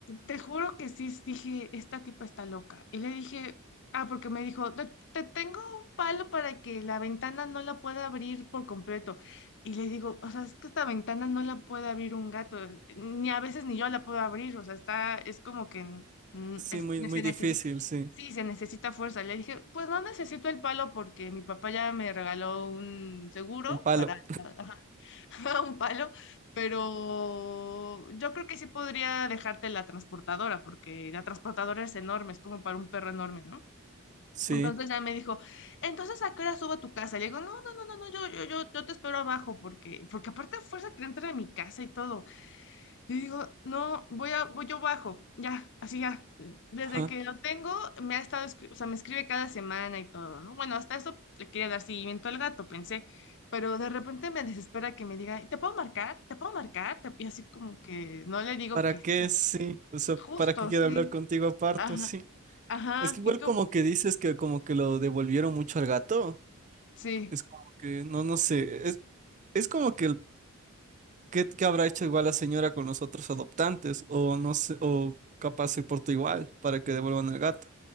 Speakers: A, on the left; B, on the right.
A: Te juro que sí dije, esta tipa está loca. Y le dije, ah, porque me dijo, te, te tengo un palo para que la ventana no la pueda abrir por completo. Y le digo, o sea, es que esta ventana no la puede abrir un gato, ni a veces ni yo la puedo abrir, o sea, está, es como que mm,
B: Sí,
A: es-
B: muy, muy
A: se necesita,
B: difícil, sí.
A: sí, se necesita fuerza. Le dije, pues no necesito el palo porque mi papá ya me regaló un seguro
B: Un palo.
A: para, <laughs> ajá, <laughs> un palo pero yo creo que sí podría dejarte la transportadora, porque la transportadora es enorme, es como para un perro enorme, ¿no?
B: Sí.
A: Entonces ya me dijo, entonces ¿a qué hora subo a tu casa? Le digo, no, no, no, no, no, yo, yo, yo, yo te espero abajo, porque, porque aparte a fuerza que entrar a mi casa y todo. Y digo, no, voy a, voy yo bajo, ya, así ya. Desde
B: Ajá.
A: que lo tengo, me ha estado, escri- o sea, me escribe cada semana y todo, ¿no? Bueno, hasta eso le quería dar seguimiento al gato, pensé, pero de repente me desespera que me diga, ¿te puedo marcar? ¿Te puedo marcar? Te- Y así como que no le digo
B: ¿Para
A: que
B: qué?
A: sí,
B: Sí. O sea,
A: justo,
B: ¿para qué quiero
A: sí,
B: hablar contigo aparte?
A: ajá,
B: Sí.
A: ajá,
B: Es que igual
A: y como,
B: como que dices que como que lo devolvieron mucho al gato.
A: sí.
B: Es como que, no, no sé. Es, es como que ¿Qué, qué habrá hecho igual la señora con los otros adoptantes? O no sé, o capaz se portó igual para que devuelvan al gato.